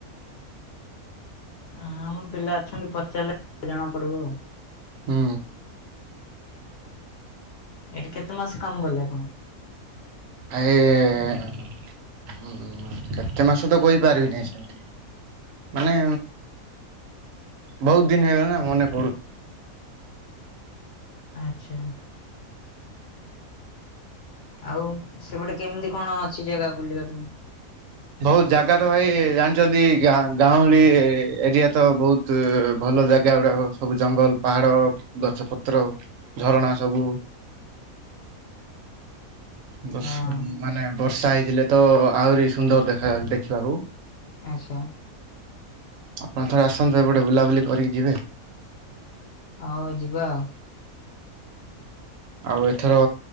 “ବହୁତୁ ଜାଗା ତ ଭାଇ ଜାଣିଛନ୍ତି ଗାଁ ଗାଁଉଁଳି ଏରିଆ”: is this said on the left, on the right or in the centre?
Right